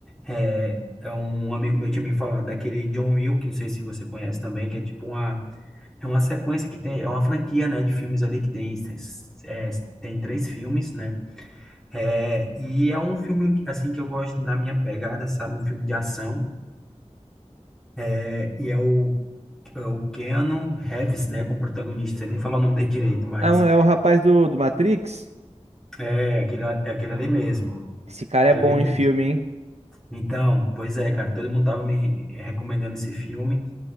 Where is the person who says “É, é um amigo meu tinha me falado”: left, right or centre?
Centre